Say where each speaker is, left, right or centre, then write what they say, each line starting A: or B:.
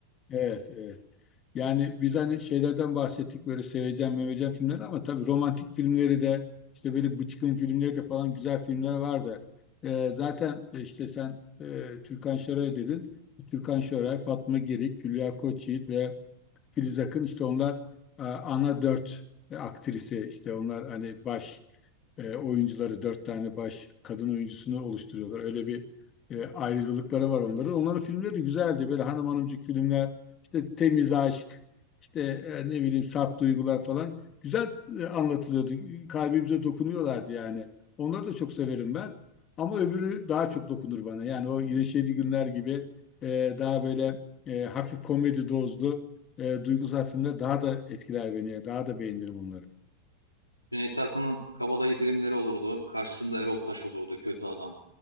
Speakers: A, on the left; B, on the left.
A: Evet, evet. Yani biz hani şeylerden bahsettik böyle seveceğim meveceğim filmleri ama tabii romantik filmleri de işte böyle bıçkın filmleri de falan güzel filmler vardı. Ee, zaten e, işte sen e, Türkan Şoray dedin. Türkan Şoray, Fatma Girik, Hülya Koçyiğit ve Filiz Akın işte onlar e, ana dört e, aktrisi işte onlar hani baş e, oyuncuları dört tane baş kadın oyuncusunu oluşturuyorlar. Öyle bir e, ayrıcalıkları var onların. Onların filmleri de güzeldi. Böyle hanım hanımcık filmler, işte temiz aşk, işte e, ne bileyim saf duygular falan. Güzel e, anlatılıyordu. Kalbimize dokunuyorlardı yani. Onları da çok severim ben. Ama öbürü daha çok dokunur bana. Yani o Yine Şeydi Günler gibi e, daha böyle e, hafif komedi dozlu e, duygusal filmler daha da etkiler beni. Daha da beğenirim onları.
B: Cüneyt Arkın'ın Kabadayı filmleri olurdu. Karşısında Erol Taş olurdu. Kötü adam.